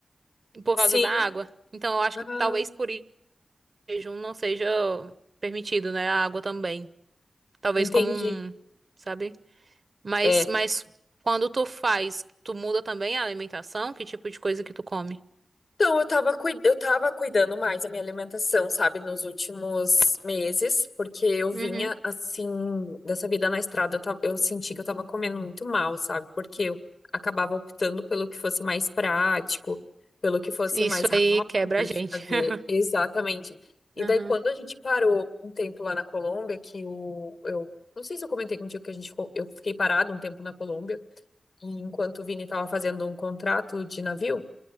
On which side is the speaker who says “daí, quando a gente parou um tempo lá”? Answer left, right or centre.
Left